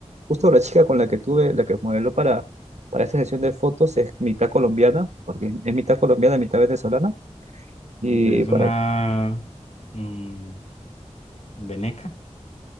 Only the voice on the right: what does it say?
Justo la chica con la que tuve, la que modeló para, para esta sesión de fotos es mitad colombiana, porque es mitad colombiana, mitad venezolana. Y
para